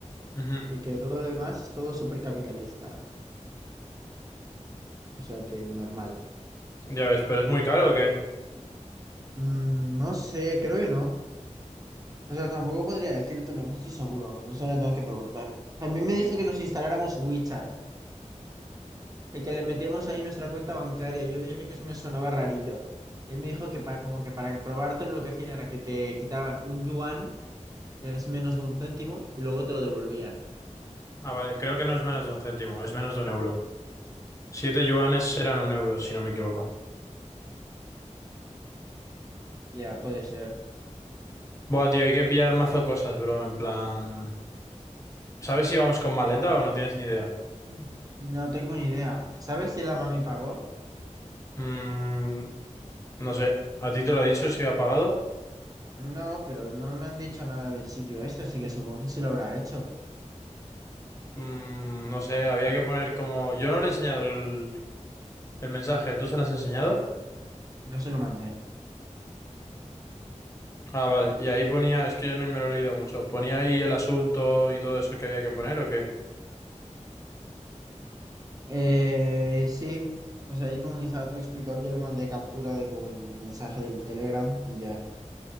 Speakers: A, on the left; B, on the right.
A: Ujú.
B: y que todo lo demás es todo súper capitalista, o sea que normal.
A: Ya ves, ¿pero es muy caro o qué?
B: Mm, no sé, creo que no. O sea, tampoco podría decírtelo, no estoy seguro, eso le tengo que preguntar. También me dijo que nos instaláramos WeChat. El que le metíamos ahí nuestra cuenta bancaria. Yo le dije que eso me sonaba rarillo. Él me dijo que para, como que para probártelo lo que hacían era que te quitaban un yuan, que es menos de un céntimo, y luego te lo devolvían.
A: Ah, vale, creo que no es menos de un céntimo, es menos de un euro. Siete yuanes serán un euro, si no me equivoco.
B: Ya, puede ser.
A: Buah, tío, hay que pillar mazo cosas, bro. En plan. ¿Sabes si vamos con maleta o no tienes ni idea?
B: Mm. No tengo ni idea. ¿Sabes si la mami pagó?
A: Mm, no sé. ¿A ti te lo ha dicho si ha pagado?
B: No, pero no me han dicho nada del sitio este, así que supongo que sí lo habrá hecho.
A: Mm, no sé, había que poner como. Yo no le he enseñado el, el mensaje, ¿tú se lo has enseñado?
B: Yo se lo mandé.
A: Ah, vale. Y ahí ponía, es que yo no me lo he leído mucho. ¿Ponía ahí el asunto y todo eso que había que poner o qué?
B: Eh, sí. O sea, ahí como que estaba todo explicado. Yo le mandé captura de como el mensaje del Telegram y ya.